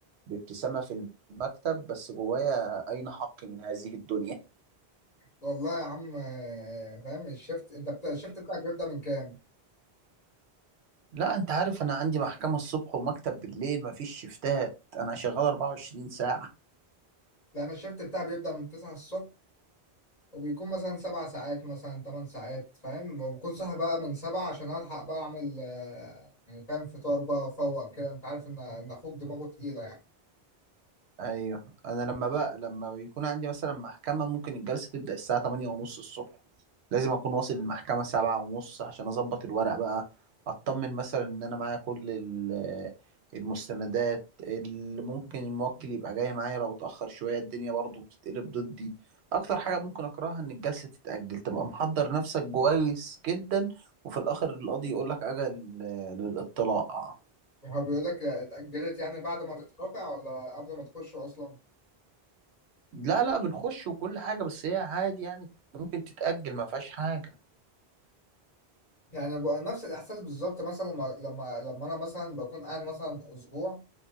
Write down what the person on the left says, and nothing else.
والله يا عم آه، فاهم الشفت انت بتا... الشفت بتاعك بيبدأ من كام؟
لا انا الشفت بتاعي بيبدأ من 9 الصبح وبيكون مثلا سبع ساعات مثلا تمن ساعات فاهم وبكون صاحي بقى من سبعة عشان ألحق بقى أعمل آه، يعني فاهم فطار بقى أفوق كده أنت عارف إن إن أخوك دماغه تقيلة يعني
هو بيقول لك اتأجلت يعني بعد ما تترافع ولا قبل ما تخش أصلا
يعني بقى نفس الإحساس بالظبط مثلا لما لما لما أنا مثلا بكون قاعد مثلا أسبوع